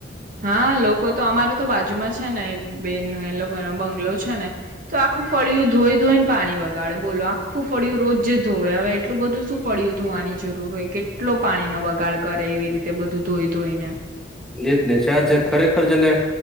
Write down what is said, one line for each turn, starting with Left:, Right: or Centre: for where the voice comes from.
Right: હા, લોકો તો અમારે તો બાજુમાં છે ને એક બેન. એ લોકો એનો બંગલો છે ને. તો આખું ફળિય ધોઈ ધોઈને પાણી બગાડે બોલો આખું ફળિયું રોજ ધોવે હવે એટલું બધું શું ફળું ધોવાની જરૂર હોય કેટલો પાણી નો બગાડ કરે એવી રીતે બધું ધોઈ ધોઈને.
Centre: એજ ને <unintelligible> ખરેખર જેને